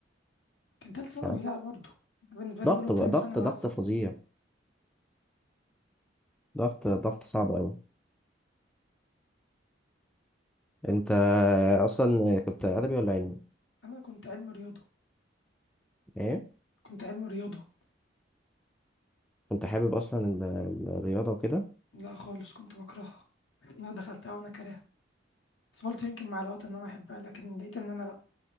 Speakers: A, on the left; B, in the centre.
A: كان تالتة
B: ف
A: ثانوي لأ برضو بالنسبة لي
B: ضغط
A: أولى وتانية
B: بقى ضغط
A: ثانوي
B: ضغط
A: أحسن
B: فظيع ضغط ضغط صعب قوي انت اصلا كنت ادبي ولا علمي
A: أنا كنت علم رياضة
B: ايه
A: كنت علم رياضة
B: كنت حابب اصلا ال- الرياضة وكده
A: لا خالص كنت بكرهها انا دخلتها وانا كارهها بس قلت يمكن مع الوقت ان انا احبها لكن لقيت ان انا لا